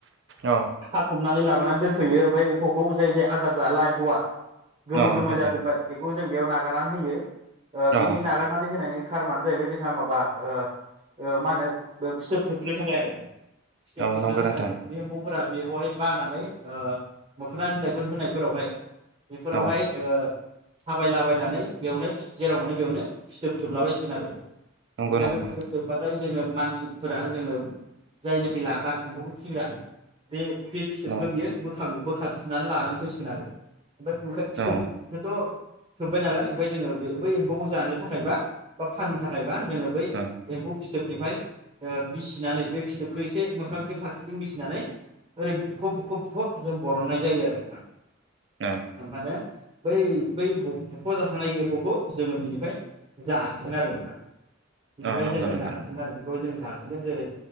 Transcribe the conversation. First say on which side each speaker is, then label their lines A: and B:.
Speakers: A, on the right (about 60°); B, on the right (about 25°).
A: अ
B: खाथ'बनानै लाबो माबनानै दोनफैयो ओमफ्राय एम्फौखौ जाय जाय आदार जाला एम्फौआ गोमो
A: नोंथां
B: गोमो जाजोब्बाय बे बेखौ जों बेयाव नागारनानै होयो। ओ
A: अ
B: बिनि नागारनानै होनायनि खारनानो जाहैबाय जोंहा माबा ओ ओ मा होनो फिथोब थोबनो थाखाय आरो। फिथोब
A: अ
B: थोबनो
A: नंगौ
B: थाखाय
A: नोंथां
B: आरो बे एम्फौफोरा बेयावहाय बानानै ओ मोखोना बिलाइफोर होनायफोरावहाय बेफोरावहाय
A: अ
B: ओ थाबायलाबायनानै बेयावनो जेरावनो बेयावनो फिथोब थोबलाबायसिगोन आरो
A: नंगौ
B: ओमफ्राय
A: नंगौ
B: बे फिथोब
A: नोंथां
B: थोबबाथाय जोङो मानसिफोरा जोङो जायनो लाग्रा एम्फौखौ फिसिग्रा बे बे फिथोबखौ
A: अ
B: बियो बो बोखां बोखाथिनानै लानानै फैसिगोन आरो ओमफ्राय ओंखाय फिथोबखौथ'
A: अ
B: थोबबाय नालाय ओमफ्राय जोङो बे बै एम्फौखौ जानो थाखायबा बा फाननो थाखायबा जोङो बै
A: अ
B: एम्फौ फिथ फिथोबनिफ्राय ओ बिसिनानै बे फिथोब एसे मोखांसे फारसेथिं बिसिनानै ओरै बुखुब बुखुब जों बरननाय जायो आरो नोंथां
A: अ
B: होनबानो बै बै बुख' जाखांनाय एम्फौखौ जोङो बिनिफ्राय जासिगोन आरो नोंथां हा बिनिफ्राय
A: अ नंगौ
B: जोङो
A: नंगौ
B: जासिगोन आरो बेखौ जों जासिगोन जेरै